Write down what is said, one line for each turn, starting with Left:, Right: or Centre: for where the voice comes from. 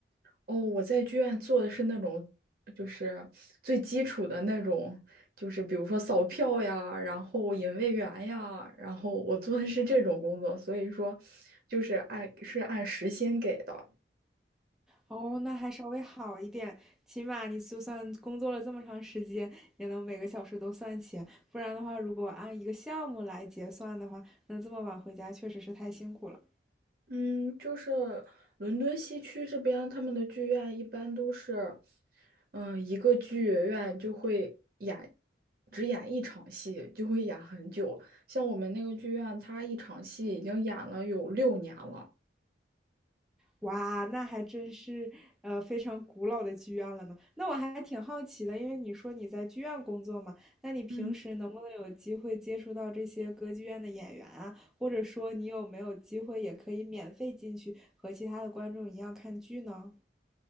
Right: 哦，我在剧院做的是那种，就是最基础的那种，就是比如说扫票呀，然后引位员呀，然后我做的是这种工作，所以说就是按是按时薪给的。
Centre: 哦，那还稍微好一点，起码你就算工作了这么长时间，也能每个小时都算钱。不然的话，如果按一个项目来结算的话，那这么晚回家确实是太辛苦了。
Right: 嗯，就是伦敦西区这边，他们的剧院一般都是，嗯、一个剧院就会演，只演一场戏，就会演很久。像我们那个剧院，它一场戏已经演了有六年了。
Centre: 哇，那还真是呃非常古老的剧院了呢。那我还挺好奇的，因为你说你在剧院工作嘛，那你平时能不能有机会接触到这些歌剧院的演员啊？
Right: 嗯，
Centre: 或者说你有没有机会也可以免费进去和其他的观众一样看剧呢？